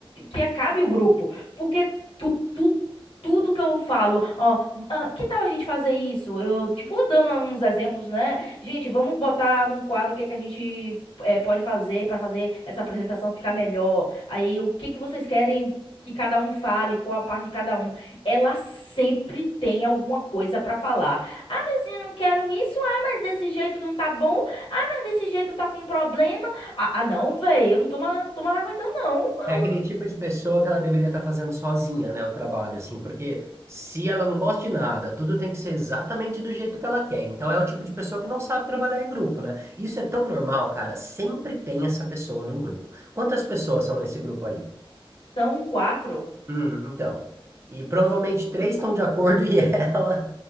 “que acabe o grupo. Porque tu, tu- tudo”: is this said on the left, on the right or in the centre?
Left